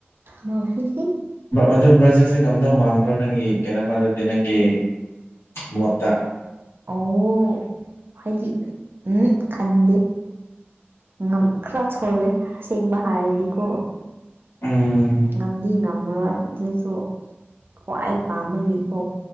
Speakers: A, on the right; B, on the left.
A: ꯍꫭ ꯍꯤ ꯍꯤ
B: ꯑꯗꯨ ꯕ꯭ꯔꯥꯖꯤꯜꯁꯦ ꯉꯝꯗꯧ ꯃꯥꯟꯕ꯭ꯔꯣ ꯅꯪꯒꯤ ꯀꯩꯅꯣꯃꯜꯗꯗꯤ ꯅꯪꯒꯤ ꯃꯣꯠꯇ
A: ꯑꯣ <unintelligible> ꯍꯥꯏꯗꯤ ꯎꯝ ꯈꯟꯗꯦ ꯉꯝ ꯈꯔ ꯁꯣꯜꯂꯦ ꯑꯁꯦꯡꯕ ꯍꯥꯏꯔꯗꯤꯀꯣ
B: ꯎꯝ
A: ꯉꯝꯗꯤ ꯉꯝꯃꯔꯣꯏ ꯑꯗꯨꯁꯨ ꯈ꯭ꯋꯥꯏ ꯄꯥꯝꯕꯒꯤꯀꯣ